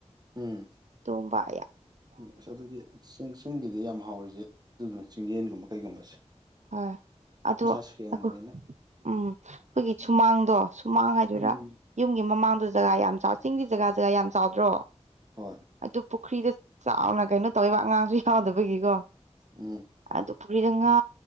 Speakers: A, on the right; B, on the right.
A: ꯎꯝ
B: ꯃꯨꯝꯕꯥ
A: ꯎꯝ ꯑꯁ ꯑꯗꯨꯗꯤ ꯆꯤꯡ ꯆꯤꯡꯒꯤꯗꯤ ꯌꯥꯝ ꯍꯥꯎꯔꯤꯁꯦ ꯑꯗꯨꯗꯨꯅ ꯆꯤꯡꯌꯦꯟꯒꯨꯝꯕ ꯀꯩꯒꯨꯝꯕꯁꯦ
B: ꯍꯣꯏ ꯑꯗꯣ
A: ꯃꯁꯥ ꯁꯦꯡꯕꯅꯤꯅ
B: ꯑꯩꯈꯣꯏ ꯎꯝ ꯑꯩꯈꯣꯏꯒꯤ ꯁꯨꯃꯥꯡꯗꯣ ꯁꯨꯃꯥꯡ ꯍꯥꯏꯗꯣꯏꯔꯥ
A: ꯎꯝ
B: ꯌꯨꯝꯒꯤ ꯃꯃꯥꯡꯗ ꯖꯒꯥ ꯌꯥꯝ ꯆꯥꯎ ꯆꯤꯡꯒꯤ ꯖꯒꯥ ꯖꯒꯥ ꯌꯥꯝ ꯆꯥꯎꯗ꯭ꯔꯣ
A: ꯍꯣꯏ
B: ꯑꯗꯨ ꯄꯨꯈ꯭ꯔꯤꯗ ꯆꯥꯎꯅ ꯀꯩꯅꯣ ꯇꯧꯋꯦꯕ ꯑꯉꯥꯡꯁꯨ ꯌꯥꯎꯗꯕꯒꯤꯀꯣ
A: ꯎꯝ
B: ꯑꯗꯨ ꯄꯨꯈ꯭ꯔꯤꯗ ꯉꯥ